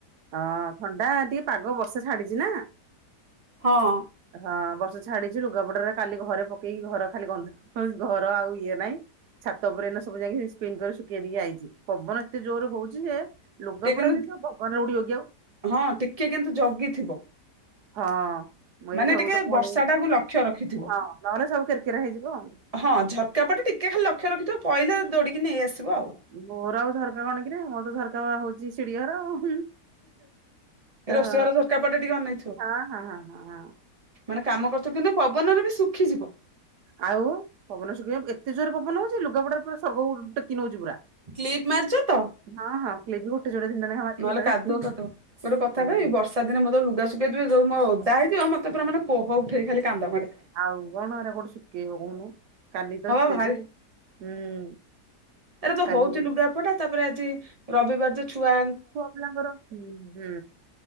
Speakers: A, on the right; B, on the right.
A: ହଁ ଥଣ୍ଡା ଟିକେ ପାଗ ବର୍ଷା ଛାଡିଛି ନା।
B: ହଁ।
A: ହଁ ବର୍ଷା ଛାଡିଛି ଲୁଗାପଟରେ କାଲି ଘରେ ପକେଇକି ଘର ଖାଲି ଗନ୍ଧ। ହ ଘର ଆଉ ଇଏ ନାଇଁ। ଛାତ ଉପରେ ସବୁ ଯାଇକ ସ୍ପିନ, କରି ଶୁଖେଇ ଦେଇକି ଆଇଛି ପବନ ଏତେ ଜୋରରେ ହଉଛି ଯେ କପଡ଼ା
B: ଟିକେ କିନ୍ତୁ
A: ଯେମିତି ଆଉ ପବନ ରେ ଉଡ଼ିବ କି ଆଉ।
B: ହଁ ଟିକେ କିନ୍ତୁ ଜଗିଥିବ।
A: ହଁ ମୁଁ ଏଇ
B: ମାନେ
A: ଘରକୁ
B: ଟିକେ
A: ତ ପଳେଇ
B: ବର୍ଷା
A: ଆଇଛି।
B: ଟାକୁ ଲକ୍ଷ୍ୟ ରଖିଥିବ।
A: ହଁ ନହେଲେ ସବୁ କେର କେରା ହେଇଯିବ ଆଉ।
B: ହଁ ଝରକା ପଟେ ଟିକେ ଖାଲି ଲକ୍ଷ୍ୟ ରଖିଥିବ ପଡିଲେ ଦୌଡ଼ିକି ନେଇଆସିବ ଆଉ।
A: ମୋର ଆଉ ଝରକା କଣ, କିରେ ମୋର ତ ଝରକା ହଉଛି ଶିଡିଘର ଆଉ।
B: ରୋଷେଇ
A: ହଁ
B: ଘର ଝରକା ପଟେ ଟିକେ ଅନେଇ
A: ହଁ ହଁ ହଁ ହଁ ହଁ।
B: ମାନେ କାମ କରୁଛି କିନ୍ତୁ ପବନରେ ବି ଶୁଖିଯିବ।
A: ଆଉ ପବନ ଶୁଖି ଏତେ ଜୋରେ ପବନ ହଉଛି। ଲୁଗାପଟ ପୁରା ସର୍ବ ଟେକି ନଉଛି ପୁରା।
B: କ୍ଲିପ୍ ମାରିଛ ତ?
A: ହଁ ହଁ କ୍ଲିପ ଗୋଟେ ଯୋଡେ ତିନିଟା ଲେଖା ମାରିଚି
B: ନହେଲେ
A: ଗୋଟା ଜାଗାରେ।
B: କାଦୁଅ କରିଦେବ ଗୋଟେ କଥା,
A: ହଁ
B: କହିବି ବର୍ଷା। ସେଦିନ ମୁଁ ଯୋଉ ଲୁଗା ଶୁଖାଇ ଥିବି ଯଉ ଓଦା ହେଇଯିବ। ମତେ ପୁରା ମାନେ କୋହ ଉଠେଇ ଖାଲି କାନ୍ଦ ମାଡେ।
A: ଆଉ କଣ ଏରା କଉଠୁ ଶୁଖେଇବ କହୁନୁ। କାଲି ତ
B: ହଁ
A: ଏତେ
B: ବା ଭାରି
A: ଯେ ହୁଁ।
B: ଏରା ତ
A: କାଲି
B: ହଉଛି
A: ମୋର
B: ଲୁଗାପଟା। ତାପରେ ଆଜି ରବିବାର ଯେ ଛୁଆ
A: ଛୁଆ ପିଲାଙ୍କର ହୁଁ ହୁଁ।